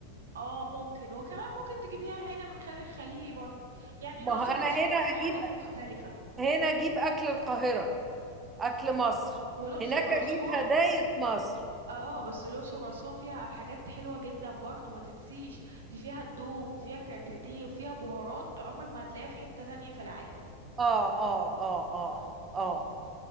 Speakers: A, on the right; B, on the right.
A: اه ممكن وكمان ممكن تجيبيها هنا من خارج الخليلي برضو يعني
B: ما
A: الأقصر
B: هو انا
A: وأسوان
B: هنا
A: فيها
B: اجيب
A: حاجات مختلفة
B: هنا اجيب اكل القاهره اكل مصر
A: والأقصر
B: هناك
A: وأسوان
B: اجيب هدايا مصر
A: اه بس الأقصر وأسوان فيها حاجات حلوة جدا برضو ما تنسيش دي فيها الدوم وفيها كركديه وفيها بهارات عمرك ما هتلاقيها في حتة تانية في العالم
B: اه اه اه اه اه